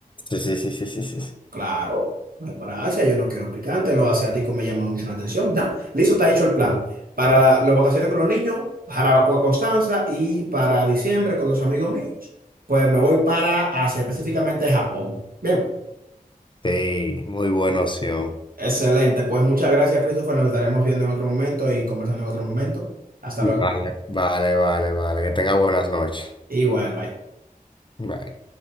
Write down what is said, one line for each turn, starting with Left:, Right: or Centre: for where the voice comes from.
Left: Sí, sí, sí, sí, sí, sí. sí.
Right: Claro, me voy para Asia. Yo no quiero picante. Los asiáticos me llaman mucho la atención. Da, Listo, está hecho el plan. Para las vacaciones con los niños, Jarabacoa, Constanza. Y para diciembre con los amigos míos, pues me voy para Asia, específicamente Japón. Bien.
Left: Sí, muy buena opción.
Right: Excelente, pues muchas gracias, Christopher. Nos estaremos viendo en otro momento y conversando en otro momento. Hasta luego.
Left: Vale, vale, vale, vale. Que tenga buenas noches.
Right: Igual, bye.
Left: Bye.